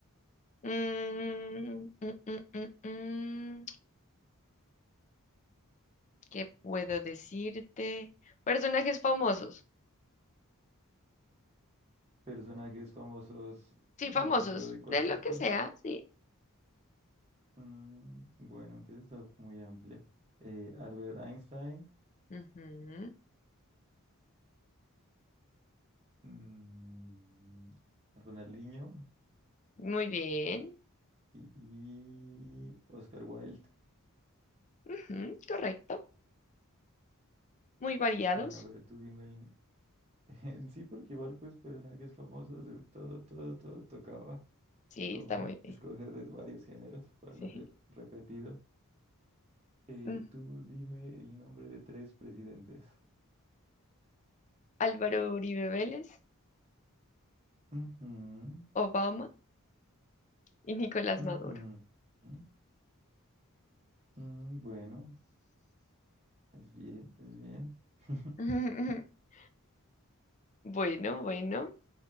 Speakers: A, on the left; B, on the right.
A: Mm, mm, mm, mm, mm. ¿Qué puedo decirte? Personajes famosos.
B: Personajes famosos
A: Sí,
B: de
A: famosos,
B: qué, pero de
A: de
B: cualquier
A: lo que
B: cosa.
A: sea, sí.
B: Mm, bueno, que eso está muy amplia. Eh, Albert Einstein,
A: Ujú.
B: mm, Ronaldinho
A: Muy bien.
B: y, y Oscar Wilde.
A: Ujú, correcto. Muy variados.
B: Mm, A ver, tú dime el... <laughs> sí, porque igual pues personajes famosos de todo, todo, todo tocaba
A: Sí,
B: como
A: está muy bien.
B: escoger de varios géneros para no
A: <laughs> Sí.
B: ser repetido. Eh,
A: Mm,
B: tú dime el nombre de tres presidentes.
A: Álvaro Uribe Vélez,
B: Ujú,
A: Obama y Nicolás
B: ujú,
A: Maduro.
B: ujú. Mm, bueno. Es bien, es bien. <laughs>
A: <laughs> Bueno, bueno,